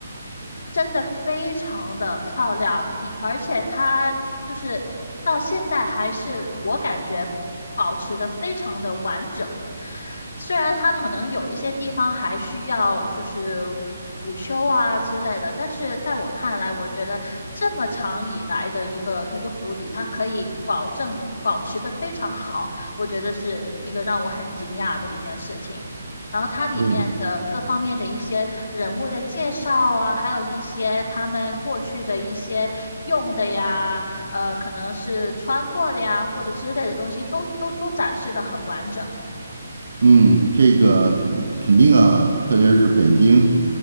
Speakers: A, on the left (about 45°); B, on the right (about 90°).
A: 真的非常的漂亮，以而且它就是到现在还是我感觉保持的非常的完整，虽然它可能有一些地方还需要就是补修啊之类的，但是在我看来，我觉得这么长以来的一个一个府邸，它可以保证的保持的非常好，我觉得是一个让我很惊讶的一件事情。然后它里面的各方面的一些人物的介绍啊，
B: 对，
A: 还有一些他们过去的一些用的呀，呃，可能是穿过的呀，或者之类的东西，都都都展示的很完整。
B: 嗯，这个肯定啊，特别是北京，